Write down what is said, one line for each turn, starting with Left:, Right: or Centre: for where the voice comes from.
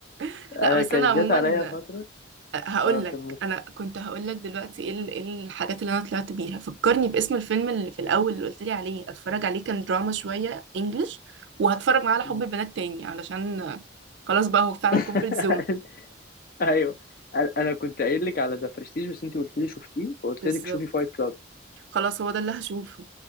Right: <laughs>
Left: انا
Right: لا بس
Left: كان
Right: انا عموما
Left: جات عليا فتره
Right: هقول
Left: اه كملت
Right: لك انا كنت هقول لك دلوقتي ايه ال- إيه الحاجات اللي انا طلعت بيها فكرني باسم الفيلم اللي في الاول اللي قلت لي عليه اتفرج عليه كان دراما شويه انجلش وهتفرج معاه على حب
Left: مم.
Right: البنات تاني علشان خلاص بقى هو فعلا
Left: <laughs>
Right: كومفورت زون
Left: ايوه انا أنا كنت قايل لك على ذا برستيج بس انت قلت لي شفتيه فقلت
Right: بالظبط
Left: لك شوفي فايت كلاب
Right: خلاص هو ده اللي هشوفه